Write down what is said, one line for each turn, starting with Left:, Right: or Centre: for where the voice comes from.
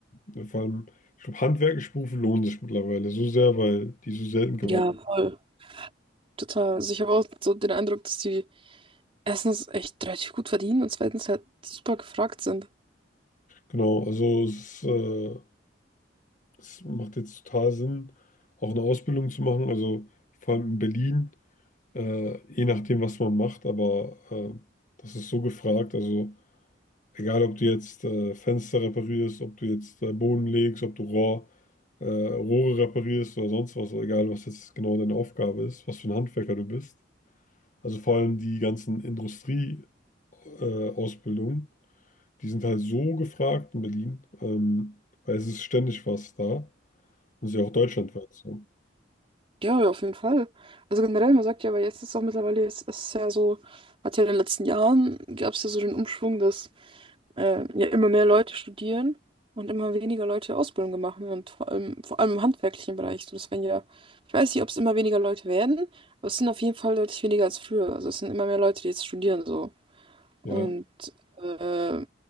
Left: du, vor allem, ich glaube, handwerkliche Berufe lohnen sich mittlerweile so sehr, weil die so selten geworden
Right: ja, voll.
Left: sind.
Right: Total. Also ich habe auch so den Eindruck, dass die erstens echt relativ gut verdienen und zweitens halt super gefragt sind.
Left: Genau, also es, ist, äh, es macht jetzt total Sinn, auch eine Ausbildung zu machen, also vor allem in Berlin, äh, je nachdem, was man macht, aber äh, das ist so gefragt, also egal, ob du jetzt äh, Fenster reparierst, ob du jetzt äh, Boden legst, ob du Rohr, äh, Rohre reparierst oder sonst was, egal, was jetzt genau deine Aufgabe ist, was für ein Handwerker du bist. Also vor allem die ganzen Industrie-Ausbildungen, äh, Ausbildungen, die sind halt so gefragt in Berlin, ähm, weil es ist ständig was da. Das ist ja auch deutschlandweit so.
Right: Ja, ja, auf jeden Fall. Also generell, man sagt ja, aber jetzt ist auch mittlerweile, es ist ja so, hat ja in den letzten Jahren, gab es ja so den Umschwung, dass äh, ja immer mehr Leute studieren und immer weniger Leute Ausbildung machen und vor allem, vor allem im handwerklichen Bereich. So, das werden ja, ich weiß nicht, ob es immer weniger Leute werden, aber es sind auf jeden Fall deutlich weniger als früher. Also es sind immer mehr Leute, die jetzt studieren so. Und
Left: Ja,
Right: äh,